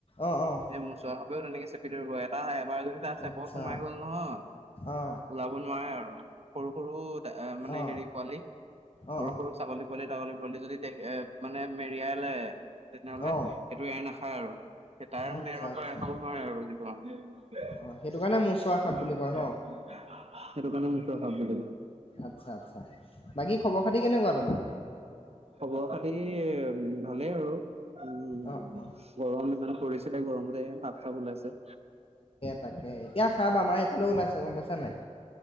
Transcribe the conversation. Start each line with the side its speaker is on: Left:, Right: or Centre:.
Left: অ অ অ
Right: এই মূচোৰা খাপেও তেনেকে চেপি ধৰিব এটা এবাৰ যদি তাত চেপত
Left: আচ্ছা
Right: সোমাই গ'ল নহয়।
Left: অ
Right: ওলাব নোৱাৰে আৰু সৰু সৰু মানে
Left: অ
Right: হেৰি পোৱালি
Left: অ অ
Right: সৰু সৰু ছাগলী পোৱলি ছাগলী পোৱলি যদি দে মানে মেৰিয়াই লে তেনেহ'লে
Left: অ
Right: সেইটো এৰ নাখায় আৰু স তাৰ
Left: আচ্ছা
Right: মেৰৰ
Left: আচ্ছা
Right: পৰা এ খাব নোৱাৰে আৰু <unintelligible>
Left: অ সেইটো কাৰণে মোচোৰা সাপ বুলি কোৱা ন
Right: সেইটো কাৰণে <unintelligible>
Left: আচ্ছা আচ্ছা বাকী খবৰ খাতি কেনেকুৱা তোমাৰ
Right: খবৰ খাতি ভালেই আৰু উম
Left: অ অ
Right: গৰম ইমান পৰিছে গৰমতে সাপ চাপ ওলাইছে
Left: তাকে এতিয়া খ ভ ওলাই চে গম পাইছা নাই